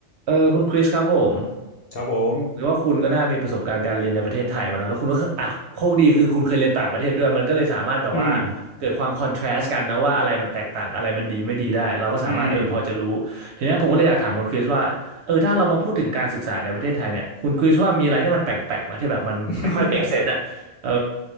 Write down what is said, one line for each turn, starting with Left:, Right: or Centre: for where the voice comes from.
Right: เออคุณคริสครับผม
Left: ครับผม
Right: หรือว่าคุณก็น่ามีประสบการณ์การเรียนในประเทศไทยมาเนอะแล้วคุณก็คืออ่ะโชคดีคือคุณเคยเรียนต่างประเทศด้วยมันก็เลยสามารถแบบว่า
Left: อืม
Right: เกิดความคอนทราสต์กันเนอะว่าอะไรมันแตกต่างอะไรมันดีไม่ดีได้เราก็สามารถเออพอจะรู้ทีเนี้ยผมก็เลยอยากถามคุณคริสว่าเออถ้าเรามาพูดถึงการศึกษาในประเทศไทยเนี่ยคุณคริสว่ามีอะไรที่มันแปลกๆไหมที่แบบมันไม่ค่อย
Left: อืม <laughs>
Right: make sense อ่ะเออ